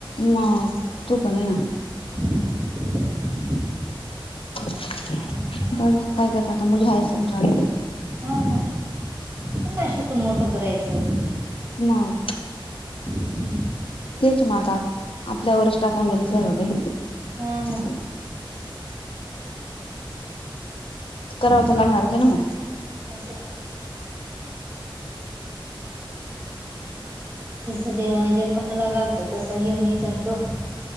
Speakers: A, on the left; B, on the right.
A: मग तू पन ये ना.
B: <inaudible>
A: जाऊदया
B: असं आहे
A: काय करता आता, मुली हाय समजवायला.
B: हा ना, त्यांना शिकून मोठं करायचं.
A: म,
B: हम्म.
A: तेच ना आता, आपल्यावरच टाकून गेले सर्व काही.
B: हा मग
A: करावं
B: चालेल
A: तर लागणार का ना मग.
B: असं, जस देवाने जन्माला घालतो, तसा घेऊन ही जातो.